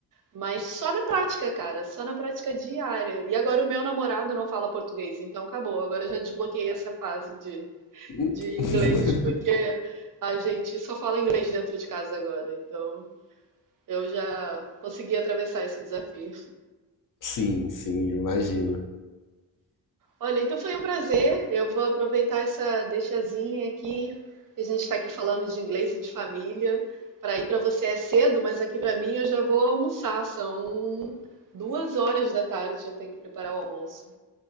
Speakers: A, on the right; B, on the left.
A: Mas só na prática, cara, só na prática diária. E agora o meu namorado não fala português, então acabou. Agora eu já desbloqueei essa fase de
B: <laughs>
A: de inglês, porque a gente só fala inglês dentro de casa agora, então eu já consegui atravessar esse desafio.
B: Sim, sim, imagino.
A: Olha, então foi um prazer. Eu vou aproveitar essa deixazinha aqui, que a gente está aqui falando de inglês e de família. Para ir para você é cedo, mas aqui para mim eu já vou almoçar. São duas horas da tarde, eu tenho que preparar o almoço.